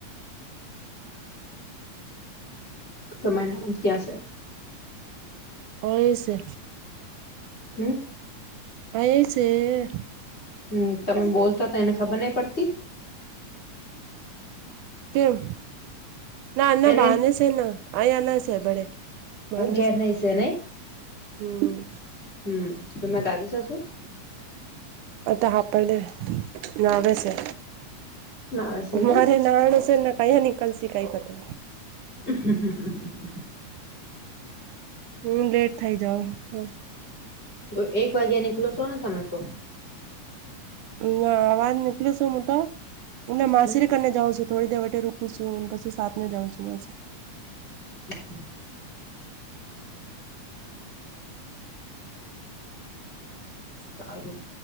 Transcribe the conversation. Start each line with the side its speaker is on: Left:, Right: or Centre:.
Left: સમયનાંદ ક્યાં છે.
Right: હો છે.
Left: હમ
Right: પ એ છે.
Left: હમ તમે બોલતા તો એને ખબર નહી પડતી.
Right: કેમ ના ના
Left: એને
Right: બહને છે ના અહીયા ના છે બડે. વાન
Left: ઘેર
Right: છે
Left: નહી નહી
Right: હમ.
Left: હમ તોરા દાદી શ શું
Right: અ તો હાપડડે ના આવે છે.
Left: ના હશે નહી
Right: મારે નાણ છેને, કયા નીકલશે કઈ પતુ
Left: હ
Right: હુ, લેટ થઇ જાાવ થોડ
Left: તો એક વાગ્યા નીકલો છો ને તમે તો
Right: ના આવાજ નીકળી છું હું તો હું માસરી
Left: હમ
Right: કરીને જાઉં છું. થોડી દેવટે રોકું છું પછી સાતમે જ જાઉ છું મ
Left: હમ. સારું.